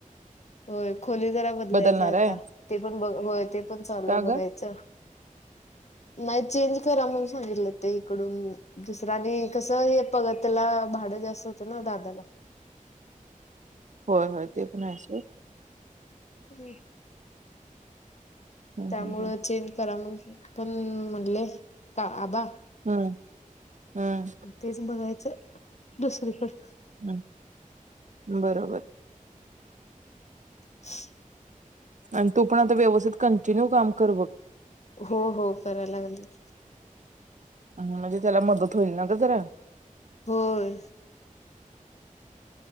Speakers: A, on the left; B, on the right.
A: होय खोली जरा बदलायचे
B: बदलणार
A: आता,
B: आहे
A: ते पण बघ ते पण चालूय
B: का
A: बघायचं.
B: ग?
A: नाही चेंज करा म्हणून सांगितलं ते इकडून दुसऱ्यानी, कसं हे पगतला भाडं जास्त होत ना दादाला.
B: होय. होय. ते पण आहेस होय.
A: हम्..
B: हम्म
A: त्यामुळं
B: हम्म
A: चेंज करा म्हंटले. पण म्हटले का आबा
B: हम्म हम्म
A: तेच बघायच च दुसरी कड
B: हम्. बरोबर!
A: <unintelligible>
B: आणि तू पण आता व्यवस्थित कंटिन्यू काम कर बघ.
A: हो. हो.. करा लागलं.
B: हम म्हणजे, त्याला मदत होईल ना ग जरा.
A: होय.